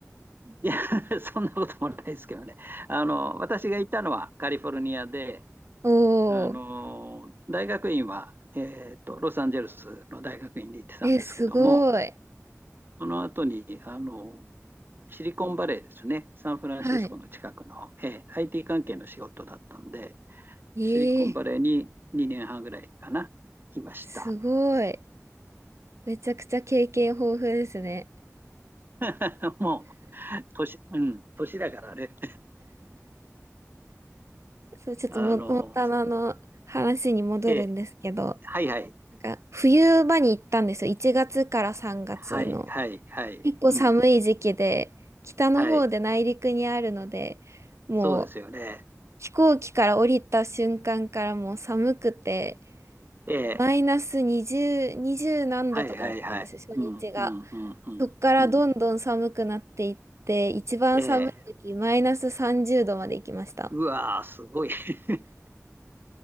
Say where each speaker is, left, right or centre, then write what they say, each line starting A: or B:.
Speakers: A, on the right (about 40°); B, on the right (about 60°).
A: いや、<laughs> そんなこともないですけどね。あの、私がいたのはカリフォルニアで、
B: <laughs> お
A: あの、
B: お。
A: 大学院は、えーっと、ロサンゼルスの大学院に行ってたんですけども、
B: え、すごい。
A: その後に、あの、シリコンバレーですね、サンフランシスコの近くの、
B: はい。
A: えー IT 関係の仕事だったんで、
B: ええ、
A: シリコンバレーに2年半ぐらいかな、いました。
B: すごい。めちゃくちゃ経験豊富ですね。
A: <laughs> もう、年、うん、年だからね。
B: そう、ちょっとモ、
A: <laughs> あの、
B: モンタナの話に戻るんですけど、
A: ええ、はいはい、
B: なんか、冬場に行ったんですよ。1月から3月の。
A: はい、はい、はい、
B: 結構寒い時期で、
A: うん、
B: 北の方で内陸にあるので、
A: はい、
B: もう
A: そうですよね。
B: 飛行機から降りた瞬間からもう寒くて、
A: ええ、
B: マイナス20、20何度とかだったんですよ、
A: はい、はい、はい、
B: 初日が。
A: うん、うん、うん、うん、
B: そっからどんどん寒くなっていって、
A: うん、
B: 一番寒い時、
A: ええ、
B: マイナス30度まで行きました。
A: うわー、すごい。<laughs>